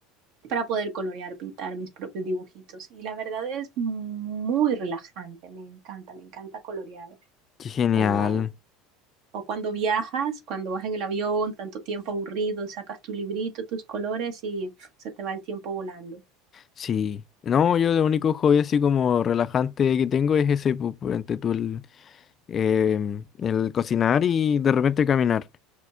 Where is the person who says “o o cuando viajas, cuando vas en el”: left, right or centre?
Right